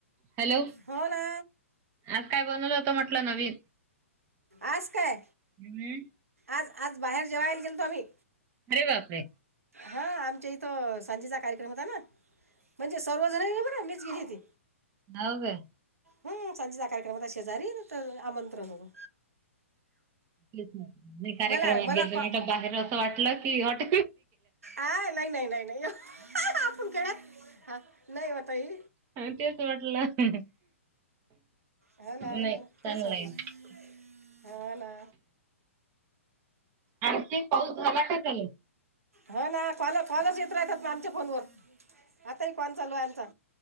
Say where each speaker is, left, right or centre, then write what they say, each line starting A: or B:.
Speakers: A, on the right; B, on the right.
A: हॅलो
B: हो ना
A: आज काय बनवल होत म्हटलं नवीन
B: आज काय
A: हम्म
B: आज आज बाहेर जेवाय गेल तो आम्ही
A: अरे बापरे
B: हा आमच्या इथं संज कार्यक्रम होता ना म्हणजे सर्वजण गेली बर मीच गेली
A: हाव काय
B: हम् सांजेचा कार्यक्रम होता शेजारी तर आमंत्रण होत
A: च कार्यक्रमात
B: मला मला
A: गे
B: कॉ
A: बाहेर असं वाटलं कि वाट
B: आ नाही नाही नाही नाही आपण खेळत हा नाही ओ ताई
A: हा तेच वाटलं
B: हाे ना
A: नाही
B: ना ना
A: चांगलं
B: तेच चागलं
A: आहे
B: हा ना
A: आणखी पाऊस झाला का त्या
B: हो ना कॉल कॉलच येत राहतात ना आमच्या फोनवर आताही काॅल चालू आहे आमचा